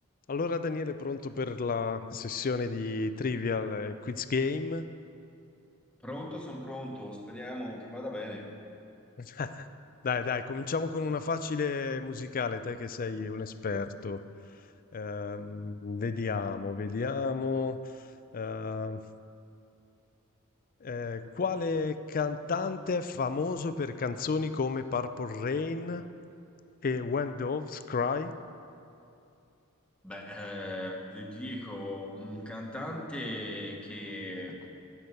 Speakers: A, on the left; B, in the centre.
A: Allora Daniele, pronto per la sessione di Trivial eh, Quiz Game?
B: Pronto, sono pronto, speriamo che vada bene.
A: <laughs> Dai, dai, cominciamo con una facile musicale, te che sei un esperto. Ehm, vediamo, vediamo. Ehm, eh, quale cantante è famoso per canzoni come Purple Rain e When Doves Cry?
B: Beh, eh, ti ti dico, un cantante che